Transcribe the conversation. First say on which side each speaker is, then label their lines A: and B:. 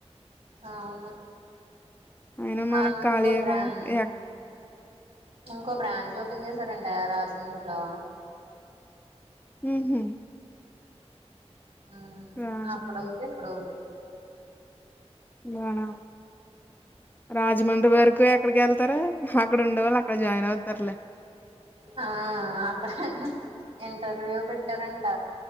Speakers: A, on the right; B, on the left.
A: అవును
B: అయినా మనకు
A: అలు
B: ఖాళీయే
A: ఇంకో బ్రాడ్
B: కదా ఎక్
A: ఇకో బ్రాంచ ఓపెన్ చేసారంటే రాజమండ్రిలో
B: హ్మ్
A: మ్మ్
B: రాజమండ్రి
A: అక్కడ ఒకటి ఇక్కడ ఒకటి
B: బనా రాజమండ్రి వరకు ఎక్కడికి వెళ్తారు అక్కడ ఉండేళ్ అక్కడ జాయిన్ అవుతారులే
A: ఆ అక్కడ ఇంటర్వ్యూ పెట్టారంట